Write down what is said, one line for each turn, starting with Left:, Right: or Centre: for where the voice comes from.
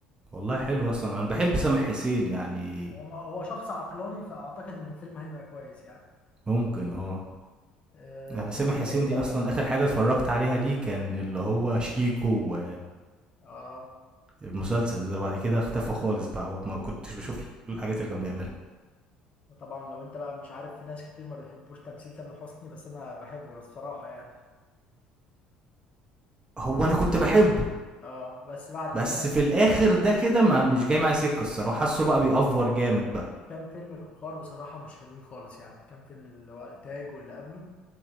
Right: والله حلو اصلا انا بحب سامح حسين يعني
Left: هو هو شخص عقلاني فاعتقد ان الفيلم هيبقى كويس يعني
Right: ممكن اه
Left: آه،
Right: انا
Left: اتفرجت
Right: سامح
Left: على
Right: حسين
Left: ايه بقى
Right: دي اصلا اخر حاجه اتفرجت عليها ليه كان اللي هو شيكو
Left: اه
Right: والمسلسل ده بعد كده اختفى خالص بقى وما كنتش بشوف الحاجات اللي كان بيعملها
Left: طبعا لو انت بقى مش عارف في ناس كتير ما بيحبوش تمثيل تامر حسني بس انا بحبه الصراحة يعني
Right: هو انا كنت بحبه
Left: اه بس بعد
Right: بس
Left: ايه بقى
Right: في الاخر ده كده ما مش جاي معايا سكه الصراحه حاسه بقى بيأفور جامد بقى
Left: كان فيلم الأخار بصراحة مش حلوين خالص يعني كان فيلم اللي هو تاج واللي قبله